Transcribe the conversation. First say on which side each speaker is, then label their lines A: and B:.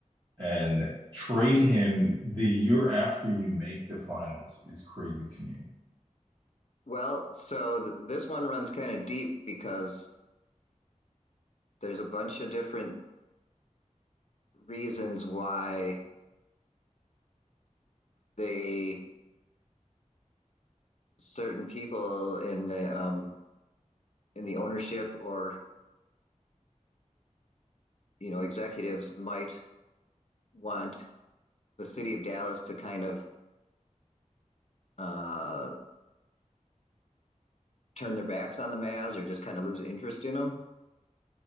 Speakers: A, on the right; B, on the left.
A: and trade him the year after you make the finals is crazy to me.
B: Well, so th this one runs kind of deep because there's a bunch of different reasons why they certain people in the um, in the ownership or you know executives might want the city of Dallas to kind of uh, turn their backs on the Mavs or just kind of lose interest in them,